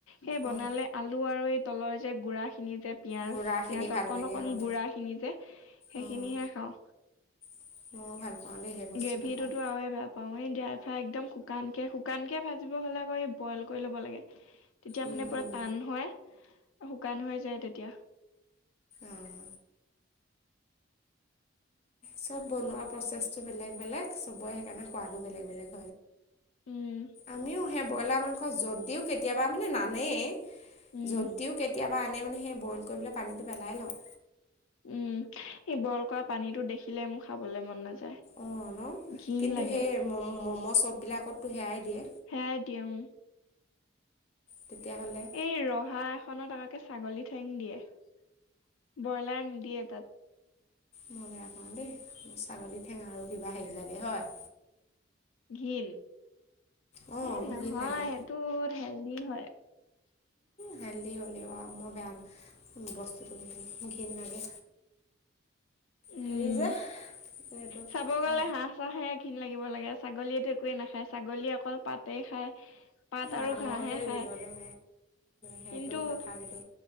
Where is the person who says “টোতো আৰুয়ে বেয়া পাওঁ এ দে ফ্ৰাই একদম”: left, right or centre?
Left